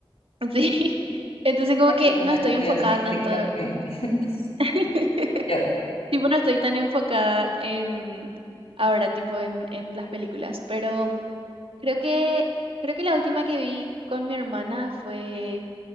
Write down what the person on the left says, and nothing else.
muertos
compartidos
en
TikTok. Mm, <laughs>
Yo.